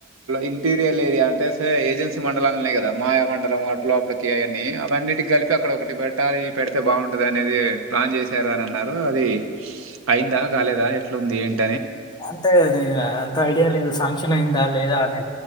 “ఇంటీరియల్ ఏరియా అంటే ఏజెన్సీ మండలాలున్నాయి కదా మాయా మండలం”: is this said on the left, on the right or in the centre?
Right